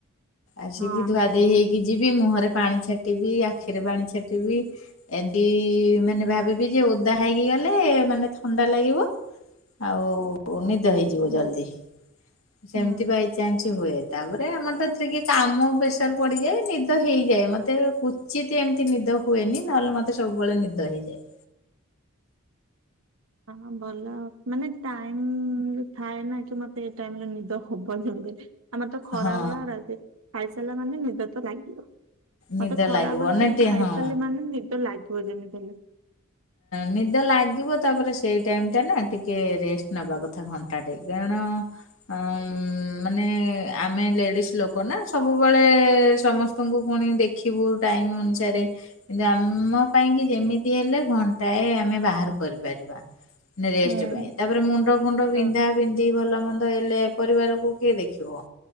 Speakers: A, on the left; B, on the right.
A: ଆସିକି
B: ହଁ
A: ଧୁଆ ଦେଇ ହେଇକି ଯିବି ମୁହଁରେ ପାଣି ଛାଟିବି ଆଖିରେ ପାଣି ଛାଟିବି। ଏମିତି ମାନେ ଭାବିବି ଯେ ଓଦା ହେଇକି ଗଲେ ମାନେ ଥଣ୍ଡା ଲାଗିବ ଆଉ ନିଦ ହେଇଯିବ
B: ହୁଁ
A: ଜଲଦି ସେମିତି
B: ହୁଁ
A: ପାଇ ଚେଞ୍ଚ ହୁଏ ତାପରେ ଆମର ତ ତିକିଏ କାମ ପ୍ରେସର ପଡିଯାଏ ନିଦ ହେଇଯାଏ ମତେ ପୁ ସିଏତି ଏମିତି ନିଦ ହୁଏନି ନହେଲେ ମତେ ସବୁବେଳେ ନିଦ ହେଇଯାଏ।
B: ହଁ ଭଲ ଆଉ ମାନେ ଟାଇମ ବି ଥାଏ ନା କି ମ ସେଇ ଟାଇମ ରେ ନିଦ ହବନି ଜଲ୍ଦି ଆମର ତ ଖରା
A: ହଁ
B: ଭଳା ରା ଖାଇସାରିଲା ମାନେ ନିଦ ତ ଲାଗିଲ
A: ନିଦ
B: ମତେ ଖରାବେଳେ
A: ଲାଗିବ ଅନେଟେ
B: ତ ମୁଁ ଖାଇସାରିଲି
A: ହଁ
B: ମାନେ ନିଦ ଲାଗି ପୁଅ ଯେମି ଥିଲେ।
A: ନିଦ ଲାଗିବ ତାପରେ ସେଇ ଟାଇମ ଟା ନା ଟିକେ ରେଷ୍ଟ ନବା କଥା ଘଣ୍ଟା ଟେ କାରଣ। ଅଁ ମାନେ ଆମେ ଲେଡିଜ ଲୋକ ନା ସବୁବେଳେ ସମସ୍ତଙ୍କୁ ପୁଣି ଦେଖ ଦେଖିବୁ ଟାଇମ ଅନୁସାରେ କିନ୍ତୁ ଆମ ପାଇଁ କି ଯେମିତି
B: ହୁଁ
A: ହେଲେ ଘଣ୍ଟାଏ ଆମେ ବାହାର କରିପାରିବା। ରେଷ୍ଟ
B: ହୁଁ
A: ପାଇଁ ତାପରେ ମୁଣ୍ଡ ଫୁଣ୍ଡ
B: ହଁ
A: ବିନ୍ଧା ବିନ୍ଧ ଦି ଭଲ ମନ୍ଦ ହେଲେ ପରିବାରକୁ କିଏ ଦେଖିବ।